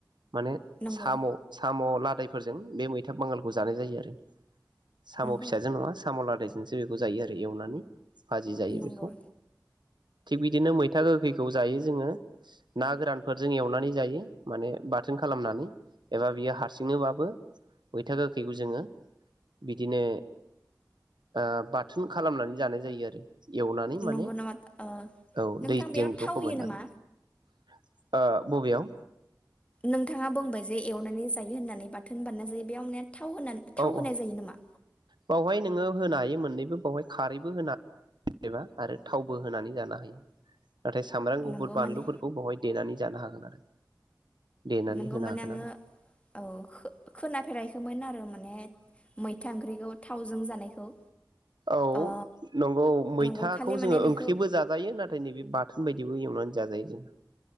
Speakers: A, on the right; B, on the left.
A: माने
B: नंगौ
A: साम' साम' लादायफोरजों बे मैथा बांगालखौ जानाय जायो आरो साम'
B: नंगौ
A: फिसाजों नङा साम' लादायजोंसो बे खौ जायो आरो एवनानै भाजि जायो
B: नंगौ
A: बेखौ थिग बिदिनो मैथा गोखैखौ जायो जोङो ना गोरानफोरजों एवनानै जायो माने बा थोन खालामनानै एबा बियो हारसिंनोबाबो मैथा गोखैखौ जोङो बिदिनो ओ बाद थुन खालामनानै जानाय जायो आरो एवनानै माने
B: नंगौ नामा ओ
A: औ
B: नोंथां
A: दैजों
B: बेयाव
A: बेखौ
B: थाव
A: फोमोननानै
B: होयो नामा
A: ओ ओ बबेयाव
B: नोंथाङा बुंबाय जे एवनानै जायो होननानै बाथोन बानना जायो बेयाव मेथ थाव होनानै
A: औ
B: थाव होनाय
A: औ
B: जायो नामा?
A: बावहाय नोङो होनो हायो मोननैबो बावहाय खारैबो होनो हायो एबा आरो थावबो होनानै जानो हायो नाथाय सामब्राम गुफुर
B: नंगौ
A: बानलुफोरखौ
B: माने
A: बावहाय देनानै जानो हागोन आरो। देनानै
B: नोंगौ
A: होनो
B: माने
A: हागोन
B: आङो
A: आरो
B: औ खोनाफेराखैमोन आरो माने मैथा ओंख्रिखौ थावजों जानायखौ।
A: औ
B: ओ
A: नंगौ मैथाखौ
B: नंगौ खालि माने
A: जोङो
B: बेखौ
A: ओंख्रिबो जाजायो नाथाय नैबे बाथोन बायदि यैबो एवनानै जाजायो जोङा।